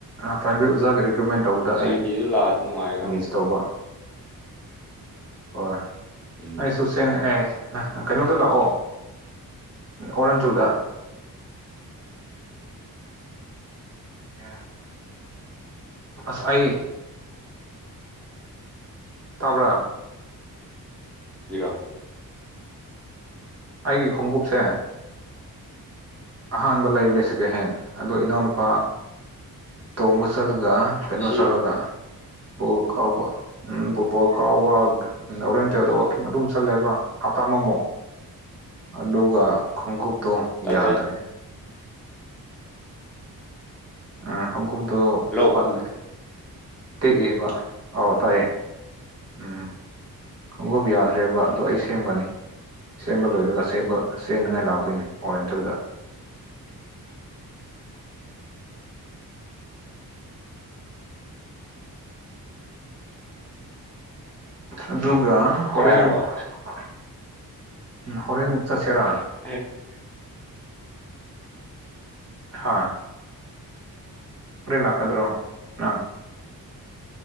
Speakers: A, on the right (about 45°); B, in the centre.
A: ꯄ꯭ꯔꯥꯏꯃꯔꯤ ꯑꯣꯖꯥꯒꯤꯗꯣ ꯀ꯭ꯔꯃꯥꯏꯟ ꯇꯧꯗ
B: ꯁꯥꯏꯠꯀꯤꯁꯨ
A: ꯑꯩ
B: ꯂꯥꯛꯑꯗꯤ ꯅꯨꯡꯉꯥꯏꯒꯗꯧꯅꯤ
A: ꯃꯤꯁ ꯇꯧꯕ ꯍꯣꯏ
B: ꯎꯝ
A: ꯑꯩ ꯁꯨꯁꯟ ꯑꯦ ꯑ ꯀꯩꯅꯣꯗ ꯂꯥꯛꯑꯣ ꯑꯣꯔꯟꯇꯜꯗꯥ ꯌꯥ ꯑꯁ ꯑꯩ ꯇꯥꯕ꯭ꯔꯥ
B: ꯔꯤꯔꯥ
A: ꯑꯩꯒꯤ ꯈꯣꯡꯎꯞꯁꯦ ꯑꯍꯥꯟꯕ ꯂꯩꯕꯅꯦ ꯁꯦꯀꯦꯟ ꯍꯦꯟ ꯑꯗꯣ ꯏꯅꯥꯎꯅꯨꯄꯥ ꯇꯣꯡꯕ ꯆꯠꯂꯒ ꯒꯥ ꯀꯩꯅꯣ
B: ꯉꯁꯤꯔꯣ
A: ꯆꯠꯂꯒ ꯕꯣꯜ ꯀꯥꯎꯕ ꯎꯝ ꯕꯣ-ꯕꯣꯜ ꯀꯥꯎꯕ ꯍꯣꯔꯦꯟ ꯇꯦꯜꯗ ꯋꯥꯀꯤꯡ ꯑꯗꯨꯝ ꯆꯠꯂꯦꯕ ꯍꯞꯇꯥ ꯑꯃꯃꯣ ꯑꯗꯨꯒ ꯈꯣꯡꯎꯞꯇꯣ
B: ꯇꯥꯏ
A: ꯌꯥꯗ꯭ꯔꯦ
B: ꯇꯥꯏ
A: ꯎꯝ ꯈꯣꯡꯎꯞꯇꯣ
B: ꯍꯜꯂꯣ
A: ꯄꯠꯂꯦ ꯇꯦꯛꯑꯦ ꯍꯥꯌꯕ ꯑꯥꯎ ꯇꯥꯏꯌꯦ ꯎꯝ ꯈꯣꯡꯎꯞ ꯌꯥꯗ꯭ꯔꯦꯕ ꯑꯗꯣ ꯑꯩ ꯁꯦꯝꯒꯅꯤ ꯁꯦꯝꯕ ꯂꯣꯏꯔꯒ ꯁꯦꯝꯕ ꯁꯦꯟꯅꯉꯥꯏ ꯂꯥꯛꯇꯣꯏꯅꯤ ꯑꯣꯔꯦꯟꯇꯜꯗ
B: <unintelligible>
A: ꯑꯗꯨꯒ
B: ꯎꯝ
A: ꯍꯣꯔꯦꯟ
B: ꯁꯦꯒꯥꯏ ꯍꯥꯏꯔꯕ
A: <unintelligible> ꯎꯝ ꯍꯣꯔꯦꯟ ꯆꯠꯁꯦꯔꯥ
B: <unintelligible> <inaudible>
A: ꯍꯥ ꯍꯣꯔꯦꯟ ꯂꯥꯛꯀꯗ꯭ꯔꯣ ꯅꯪ